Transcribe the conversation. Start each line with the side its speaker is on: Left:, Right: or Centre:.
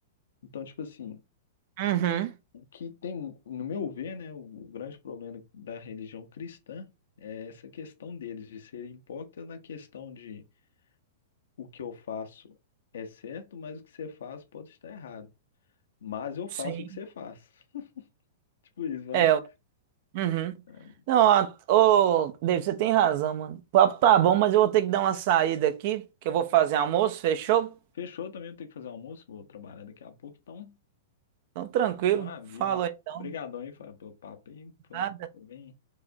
Left: Então, tipo assim,
Right: Uhum,
Left: o que tem, no meu ver, né, o grande problema da religião cristã é essa questão deles, de serem hipócritas na questão de o que eu faço é certo, mas o que você faz pode estar errado. Mas eu
Right: sim.
Left: faço o que você faz. <laughs> Tipo isso, vai.
Right: É. Uhum.
Left: Ah,
Right: Não, a- ô, David, você tem razão, mano. O papo tá bom, mas eu vou ter que dar uma saída aqui, que eu vou fazer almoço, fechou?
Left: Fechou também, eu tenho que fazer almoço, vou trabalhar daqui a pouco, então,
Right: Então, tranquilo.
Left: maravilha.
Right: Falou então.
Left: Obrigadão aí, Fábio, pelo papo aí, foi,
Right: Nada.
Left: foi bem